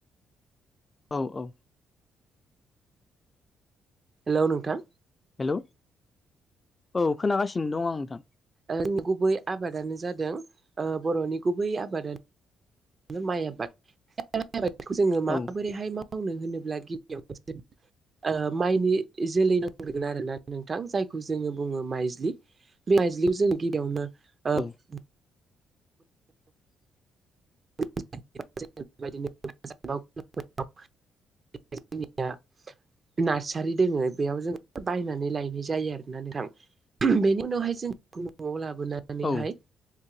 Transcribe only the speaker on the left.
औ औ
हेल' औ खोनागासिनो दं आं नोंथां।
औ
औ <inaudible>
औ